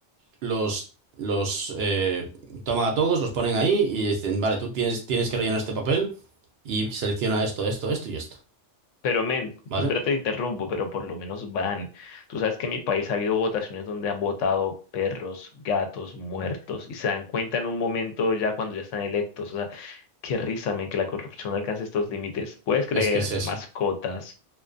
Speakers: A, on the right; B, on the left.
A: los, los eh, toman a todos, los ponen ahí y dicen, vale, tú tienes, tienes que rellenar este papel y selecciona esto, esto, esto y esto,
B: Pero men,
A: ¿vale?
B: espérate, te interrumpo, pero por lo menos van. Tú sabes que en mi país ha habido votaciones donde han votado perros, gatos, muertos, y se dan cuenta en un momento ya cuando ya están electos. O sea, qué risa, men, que la corrupción alcance estos límites. ¿Puedes creer?
A: Es que es eso.
B: Mascotas,